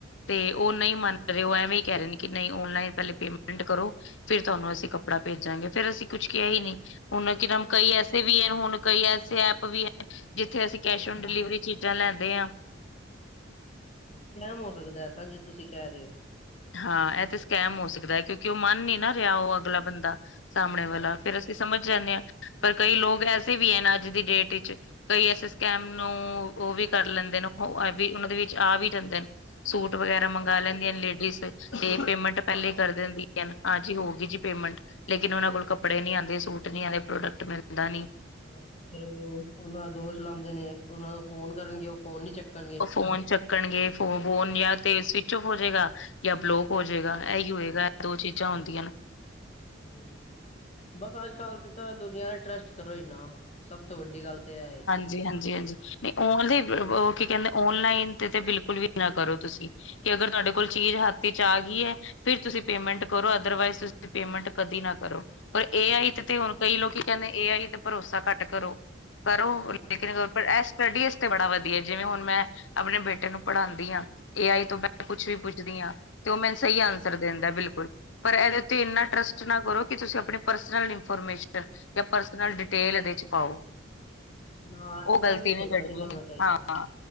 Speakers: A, on the left (about 75°); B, on the left (about 35°).
A: ਤੇ ਉਹ ਨਹੀਂ ਮੰਨ ਰਹੇ, ਉਹ ਐਵੇਂ ਹੀ ਕਹਿ ਰਹੇ ਨੇ ਕਿ, ਨਹੀਂ ਓਨਲਾਈਨ ਪਹਿਲੇ ਪੇਮੈਂਟ ਕਰੋ। ਫਿਰ ਤੁਹਾਨੂੰ ਅਸੀਂ ਕੱਪੜਾ ਭੇਜਾਂਗੇ, ਫੇਰ ਅਸੀਂ ਕੁਛ ਕਿਹਾ ਹੀ ਨਹੀਂ, ਉਹਨਾਂ ਕਈ ਐਸੇ ਵੀ ਹੈ ਹੁ, ਣ ਕਈ ਐਸੇ ਐਪ ਵੀ ਜਿੱਥੇ ਅਸੀਂ,
B: ਸਕੈਮ
A: ਕੈਸ਼ ਔਨ ਡਿਲੀਵਰੀ
B: ਹੋ ਸਕਦਾ
A: ਚੀਜ਼ਾਂ ਲੈਂਦੇ ਹਾਂ।
B: ਸਕੇਮ ਹੋ ਸਕਦਾ ਹੈ ਤਾਂ, ਜੋੇ ਤੁਸੀਂ ਕਹਿ ਰਹੇ ਹੋ।
A: ਹਾਂ ਇਹ ਤੇ ਸਕੈਮ ਹੋ ਸਕਦਾ ਹੈ, ਕਿਉਂਕਿ, ਉਹ ਮਨ ਨੀ ਨਾ ਰਿਹਾ ਉਹ, ਅਗਲਾ ਬੰਦਾ ਸਾਹਮਣੇ ਵਾਲਾ,
B: ਹਾਂਜੀ
A: ਫੇਰ ਅਸੀਂ ਸਮਝ ਜਾਂਦੇ ਹਾਂ, ਪਰ ਕਈ ਲੋਕ ਐਸੇ ਵੀ ਐ ਅੱਜ, ਦੀ ਡੇਟ ਵਿੱਚ ਕਈ ਐਸੇ, ਸਕੈਮ ਨੂੰ ਉਹ ਵੀ ਕਰ ਲੈਂਦੇ ਨੇ, ਉਹ ਵੀ ਉਹਨਾਂ ਦੇ ਵਿੱਚ ਆ ਵੀ, ਜਾਂਦੇ ਨੇ ਸੂਟ ਵਗੈਰਾ ਮੰਗਵਾ,
B: ਹਾਂਜੀ
A: ਲੈਂਦੀਆਂ ਲੇਡੀਜ਼ ਤੇ ਪੇਮੈਂਟ ਪਹਿਲੇ ਕਰ ਦਿੰਦੀ ਹੈ, ਹਾਂਜੀ ਹੋਗੀ ਜੀ ਪੇਮੈਂਟ ਲੇਕਿਨ, ਉਹਨਾਂ ਕੋਲ
B: ਹਾਂਜੀ
A: ਕੱਪੜੇ ਨੀ ਆਉਂਦੇ, ਸੂਟ ਨਹੀਂ ਆਉਂਦੇ ਪ੍ਰੋਡਕਟ, ਮਿਲਦਾ ਨਈ।
B: ਹਾਂ ਫਿਰ ਉਹ ਉਹਨਾਂ ਦਾ ਦੋਸ਼ ਲਾਉਂਦੇ ਨੇ, ਉਹਨਾਂ ਨੂੰ ਫੋਨ ਕਰਨਗੇ ਉਹ ਫੋਨ ਨੀ, ਚੱਕਣਗੇ
A: ਫੋਨ ਚੱਕਣਗੇ ਫੋ ਫੋਨ, ਜਾ ਤੇ ਸਵਿੱਚ ਔਫ ਹੋ ਜਾਏਗਾ। ਜਾਂ ਬਲੋਕ ਹੋ ਜੇਗਾ,
B: ਹਾਂਜੀ
A: ਇਹੀ ਹੋਏਗਾ ਦੋ ਚੀਜ਼ਾਂ ਹੋੰਦੀਆਂ।
B: ਹਂ ਬਸ, ਅੱਜ-ਕਲ ਤੇ ਤਾਂ ਦੁਨੀਆਂ ਤੇ ਟਰਸਟ ਕਰੋ ਈ ਨਾ। ਸਭ ਤੋਂ ਵੱਡੀ ਗੱਲ ਤੇ ਐ ਏ
A: ਜੀ ਹਾਂਜੀ ਹਾਂਜੀ। ਨੀਂ ਓ ਕੀ ਕੈਂਦੇ ਓਨਲਾਈਨ ਤੇ, ਤੇ ਬਿਲਕੁਲ ਵੀ ਨਾ ਕਰੋ ਤੁਸੀਂ। ਕਿ ਅਗਰ ਤੁਆਡੇ
B: ਹਮ
A: ਕੋਲ ਚੀਜ਼ ਹੱਥ ਇ ਚ ਆ ਗੀ ਐ, ਫਿਰ ਤੁਸੀਂ ਪੇਮੈਂਟ ਕਰੋ। ਅਦਰਵਾਈਜ਼ ਤੁਸੀਂ ਪੇਮੈਂਟ ਕਦੀ ਨਾ ਕਰੋ। ਪਰ ਏ ਆਈ ਤੇ
B: ਹਾਂਜੀ
A: ਹੁਣ ਕਈ ਲੋਕੀ ਕੈਂਦੇ, ਏ ਆਈ ਤੇ ਭਰੋਸਾ ਘੱਟ ਕਰੋ। ਕਰੋ <unintelligible>
B: ਹਾਂਜੀ,
A: ਸਟੱਡੀਜ਼ ਤੇ ਬੜਾ ਵਧੀਆ, ਜਿਵੇਂ ਹੁਣ ਮੈਂ ਆਪਣੇ ਬੇਟੇ ਨੂੰ ਪੜ੍ਹਾਂਦੀ ਆਂ ਏ ਆਈ ਤੋਂ ਮੈਂ
B: ਹਾਂਜੀ।
A: ਕੁਛ ਵੀ ਪੁੱਛਦੀ ਆਂ ਤੇ ਓ ਮੈਨੂੰ ਸਈ ਆਂਨਸਰ ਦੇੰਦਾ ਬਿਲਕੁਲ। ਪਰ ਏਦੇ ਤੇ ਇਨ੍ਹਾਂ ਟਰਸਟ ਨਾ ਕਰੋ ਕਿ ਤੁਸੀਂ ਆਪਣੇ ਪਰਸਨਲ ਇਨਫੋਰਮੇਸ਼ਨ ਜਾਂ ਪਰਸਨਲ ਡਿਟੇਲ ਏਦੇ ਚ ਪਾਓ।
B: ਨਾ
A: ਓ
B: ਇੰਨਾ
A: ਗਲਤੀ
B: ਵੀ ਭਰੋਸਾ
A: ਨਈਂ ਕਢਨੀ।
B: ਨਹੀਂ ਕਰਨਾ ਚਾਹੀਦਾ।
A: ਹਾਂ,